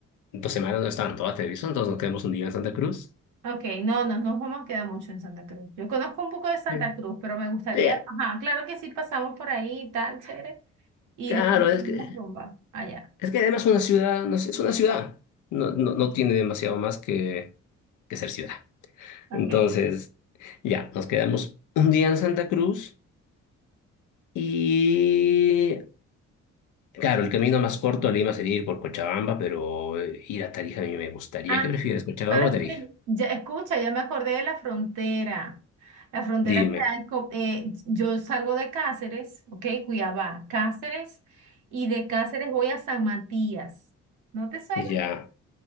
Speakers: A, on the left; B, on the right.
A: dos semanas no es todas ¿ah? Te aviso, entonces nos quedamos un día en Santa Cruz.
B: Ok, no, no nos vamos a quedar mucho en Santa Cruz. Yo conozco un poco de Santa
A: Sí.
B: Cruz, pero me gustaría,
A: Sí,
B: ajá, claro que sí pasamos por ahí y tal, chévere. Y
A: claro,
B: después
A: es
B: seguimos
A: que...
B: rumba allá.
A: Es que además una ciudad, no sé, es una ciudad, no, no, no tiene demasiado más que, que ser ciudad.
B: Ok.
A: Entonces, ya, nos quedamos un día en Santa Cruz y, claro, el camino más corto a Lima sería ir por Cochabamba, pero eh, ir a Tarija a mí me gustaría.
B: Ah,
A: ¿Qué prefieres, Cochabamba
B: tú sabes
A: o Tarija?
B: que ya escucha, ya me acordé de la frontera. La frontera
A: Dime.
B: que hay, co- eh, yo salgo de Cáceres, ok, Cuiabá, Cáceres, y de Cáceres voy a San Matías. ¿No te suena?
A: Ya.